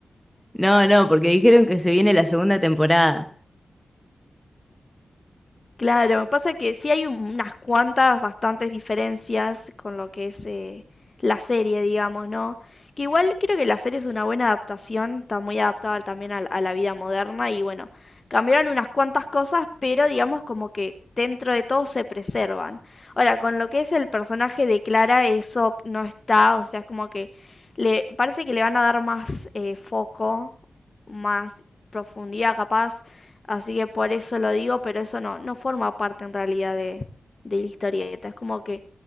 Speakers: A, in the centre; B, on the left.
A: No, no, porque dijeron que se viene la segunda temporada.
B: Claro, pasa que sí hay un- unas cuantas bastantes diferencias con lo que es eh, la serie, digamos, ¿no? Que igual creo que la serie es una buena adaptación, está muy adaptada también a, la a la vida moderna y bueno, cambiaron unas cuantas cosas, pero digamos como que dentro de todo se preservan. Ahora, con lo que es el personaje de Clara, eso no está, o sea, es como que le parece que le van a dar más eh, foco, más profundidad capaz Así que por eso lo digo, pero eso no, no forma parte en realidad de, de la historieta. Es como que